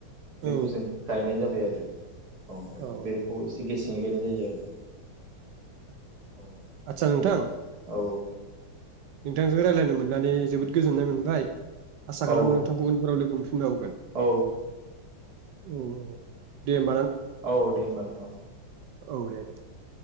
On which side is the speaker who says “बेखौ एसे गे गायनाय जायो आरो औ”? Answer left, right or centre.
Right